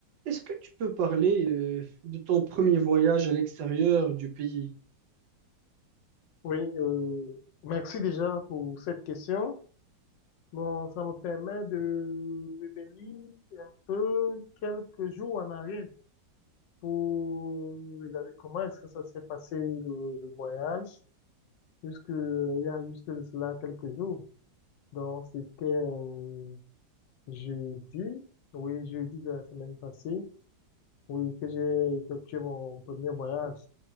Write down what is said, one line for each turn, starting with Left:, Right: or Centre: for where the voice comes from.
Right: Est-ce que tu peux parler euh, de ton premier voyage à l'extérieur du pays?
Left: Oui, euh, merci déjà pour cette question. Bon, ça me permet de revenir un peu quelques jours en arrière pour regarder comment est-ce que ça s'est passé le, le voyage, puisque euh, il y a juste de cela quelques jours. Donc, c'était euh, jeudi, oui, jeudi de la semaine passée, oui, que j'ai effectué mon premier voyage